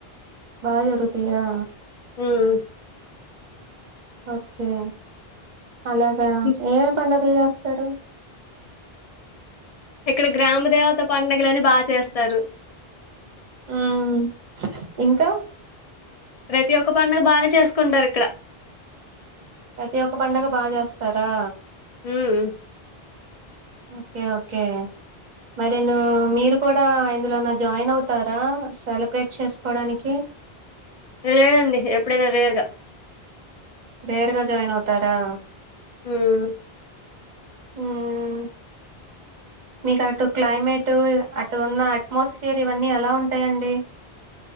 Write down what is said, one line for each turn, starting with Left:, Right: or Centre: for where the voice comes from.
Right: బాగ జరుగుతయా?
Left: ఉమ్
Right: ఓకే. అలాగా?
Left: హ్మ్.
Right: ఏమేం పడుగ టె చేస్తరు?
Left: ఇక్కడ, గ్రామ దేవత పడుగలని బాగ చేస్తారు.
Right: ఆ, ఆ. ఇంకా
Left: ప్రతి ఒక్క పడుగ బానే చేసుకుంటారిక్కడ
Right: ప్రతి ఒక్క పండగ బాగ చేస్తారా?
Left: ఉమ్
Right: ఓకే ఓకే మరి నూ మీరు కూడా ఇందులోన జాయిన్ అవుతారా? సెలబ్రేట్ చేసుకోవడానికి.
Left: లేదండి, ఎప్పుడైనా రేర్ గా
Right: రేర్గా జాయిన్ అవుతారా?
Left: హుమ్
Right: ఉమ్, మీకు అటు క్లైమేటు అటు ఉన్న అట్మాస్ఫియర్ ఇవన్నీ ఎలా ఉంటాయంండి?